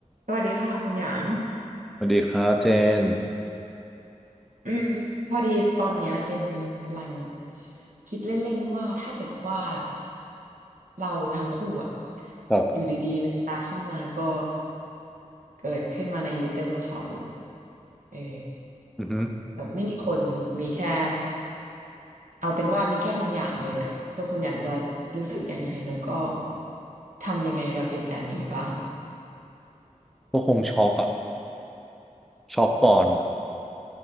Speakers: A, on the right; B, in the centre.
A: สวัสดีค่ะคุณหยาง
B: สวัสดีครับเจน
A: อืมพอดีตอนเนี้ยเจนกำลังคิดเล่นๆว่าถ้าเกิดว่าเราทั้งคู่อะ
B: ครับ
A: อยู่ดีๆเลืมตาขึ้นมาก็เกิดขึ้นมาในยุคไดโนเสาร์เออ
B: อือฮึ
A: แบบไม่มีคนมีแค่เอาเป็นว่ามีแค่คุณหยางเลยอะคือคุณหยางจะรู้สึกยังไงแล้วก็ทำยังไงกับเหตุการณ์นี้บ้าง
B: ก็คงช็อกอะช็อกก่อน